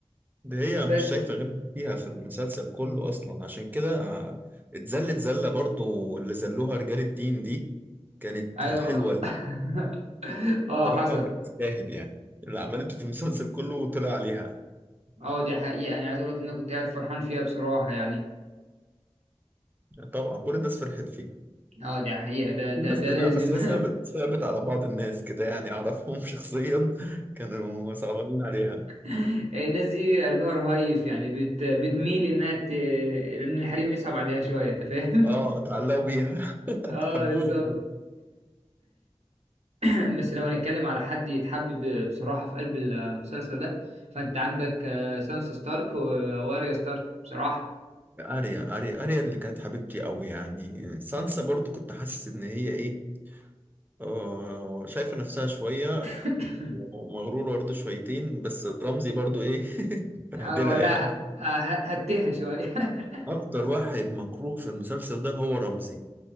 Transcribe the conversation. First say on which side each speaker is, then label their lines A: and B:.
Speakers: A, on the right; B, on the right.
A: ده هي
B: بس
A: مش شايفة غير فيها في المسلسل كله أصلا عشان كده آه، اتذلت ذلة برضو اللي ذلوها رجال الدين دي كانت
B: ايوه
A: حلوة ليه.
B: <laughs>
A: بصراحة
B: اه حصل
A: كانت تستاهل يعني اللي عملته في المسلسل كله وطلع عليها
B: اه دي حقيقة يعني عايز اقول لك ان انا كنت قاعد فرحان فيها بصراحة يعني
A: طبعا كل الناس فرحت فيه
B: اه دي حقيقة ده ده
A: في ناس
B: ده
A: لا
B: لازم
A: بس هي ثابت ثابت على بعض الناس كده يعني أعرفهم <laughs> شخصيا كانوا صعبانين عليها
B: <laughs> الناس دي قلبها رهيف يعني بت بتميل انها ت... ان الحريم يصعب عليها شوية انت فاهم
A: اه
B: <laughs>
A: اتعلقوا بيها <laughs>
B: اه
A: حبوها
B: بالظبط <laughs> بس لو هنتكلم على حد يتحبب بصراحة في قلب المسلسل ده فانت عندك آه، سانسا ستارك و- واريا ستارك بصراحة
A: أريا أريا أريا اللي كانت حبيبتي قوي يعني سانسا برضو كنت حاسس إن هي إيه آه، شايفة نفسها شوية
B: <coughs>
A: ومغرورة برضه شويتين بس رمزي برضه إيه <laughs>
B: اه
A: بهدلها
B: لا
A: يعني
B: ه- آه، ه- هتها شوية <laughs>
A: أكتر واحد مكروه في المسلسل ده هو رمزي